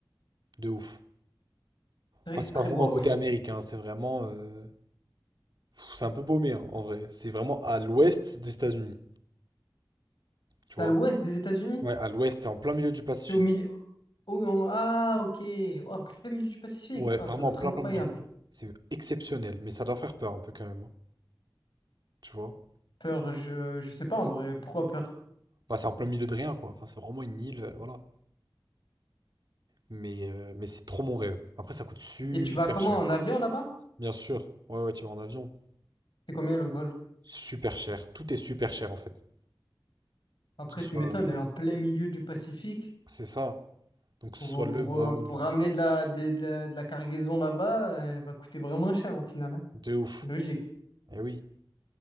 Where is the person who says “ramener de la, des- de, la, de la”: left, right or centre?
Left